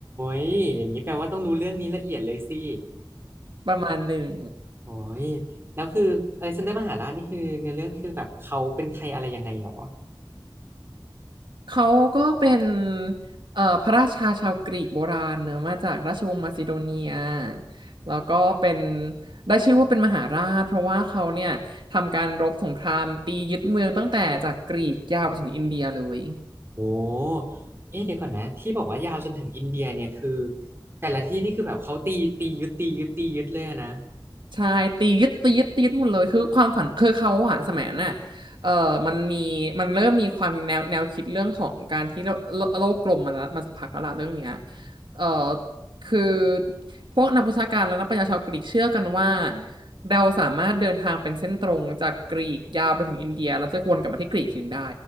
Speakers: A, on the right; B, on the right.
A: ยอย่างนี้แปลว่าต้องรู้เรื่องนี้ละเอียดเลยสิ
B: ประมาณหนึ่ง
A: โอ้ยแล้วคืออเล็กซานเดอร์มหาราชนี่คือเนื้อเรื่องคือแบบเขาเป็นใครอะไรยังไงหรอ
B: เขาก็เป็นเอ่อพระราชาชาวกรีกโบราณเนอะมาจากราชวงศ์มาซิโดเนียแล้วก็เป็นได้ชื่อว่าเป็นมหาราชเพราะว่าเขาเนี่ยทำการรบสงครามตียึดเมืองตั้งแต่จากกรีกยาวไปจนถึงอินเดียเลย
A: โอ้เอ๊ะเดี๋ยวก่อนนะที่บอกว่ายาวจนถึงอินเดียเนี่ยคือแต่ละที่นี่คือแบบเขาตีตียึดตียึดตียึดเลยอะนะ
B: ใช่ตีดตีดตีดหมดเลยคือความฝันคือเขาอะสมัยนั้นอะเออมันมีมันเริ่มมีความแนวแนวคิดเรื่องของการที่โลโลโลกกลมมาแล้วมาสักพักแล้วล่ะเรื่องเนี้ยเออคือพวกนักวิชาการและนักปรัญญาชาวกรีกเชื่อกันว่าเราสามารถเดินทางเป็นเส้นตรงจากกรีกยาวไปถึงอินเดียแล้วจะวนกลับมาที่กรีกทีหนึงได้